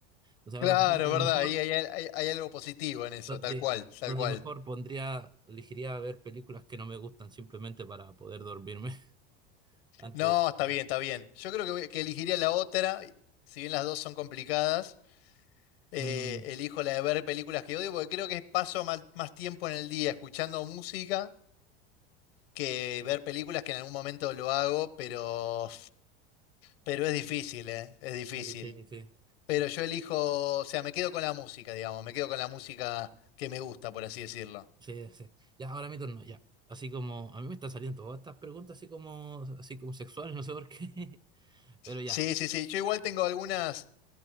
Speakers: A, on the right; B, on the left.
A: O sea,
B: Claro,
A: ahora pienso lo
B: verdad,
A: mejor,
B: ahí hay, hay- hay algo positivo en eso,
A: so-
B: tal
A: sí,
B: cual, tal
A: entonces
B: cual.
A: mejor pondría, elegiría ver películas que no me gustan simplemente para poder dormirme <laughs> antes
B: No, está
A: de...
B: bien, está bien. Yo creo que, voy- que elegiría la otra, si bien las dos son complicadas, eh,
A: Mm,
B: elijo la de ver películas que odio, porque creo que paso mal- más tiempo en el día escuchando música que ver películas que en algún momento lo hago, pero, pero es difícil, eh, es difícil.
A: sí, sí, sí,
B: Pero yo elijo, o sea, me quedo con la música, digamos, me quedo con la música que me gusta, por así decirlo.
A: sí, sí. Ya, ahora mi turno, ya. Así como, a mí me están saliendo todas estas preguntas así como, así como sexuales, <laughs> no sé por qué. <laughs> Pero ya.
B: Sí, sí, sí, yo igual tengo algunas...